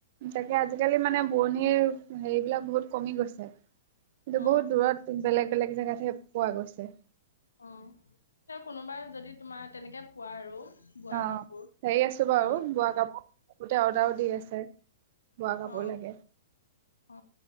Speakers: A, on the right; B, on the left.
A: তাকে আজিকালি মানে বোৱনিৰ হেৰিবিলাক বহুত কমি গৈছে। কিন্তু
B: অ
A: বহুত দূৰত বেলেগ বেলেগ জেগাতহে পোৱা গৈছে।
B: অ তেওঁ কোনোবাই যদি তোমাৰ তেনেকে পোৱা আৰু বোৱা
A: অ
B: কাপোৰ
A: হেৰি আছো বাৰু
B: অ
A: বোৱা কাপোৰ। গোটে অৰ্ডাৰ ও দি আছে। বোৱা কাপোৰ
B: অ
A: লাগে।
B: অ